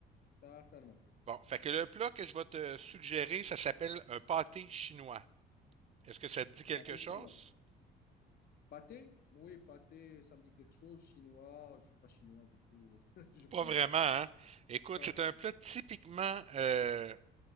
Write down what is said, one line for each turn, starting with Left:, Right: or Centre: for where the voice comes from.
Left: certainement.
Right: Bon, fait que le plat que je vais te suggérer, ça s'appelle un pâté chinois. Est-ce que ça te dit quelque
Left: Pâté
Right: chose?
Left: chinois. Pâté? Oui, pâté, ça me dit quelque chose. Chinois, je ne suis pas chinois, du coup, <laughs> je ne connais
Right: Pas vraiment,
Left: pas.
Right: hein? Écoute,
Left: Ouais.
Right: c'est un plat typiquement euh,